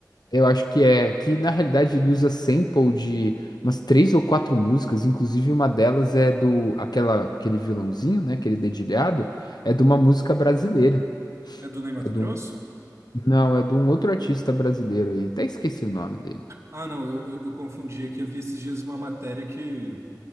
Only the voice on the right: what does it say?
É do Ney Matogrosso?
Ah, não, eu, eu- eu confundi aqui. Eu vi esses dias uma matéria que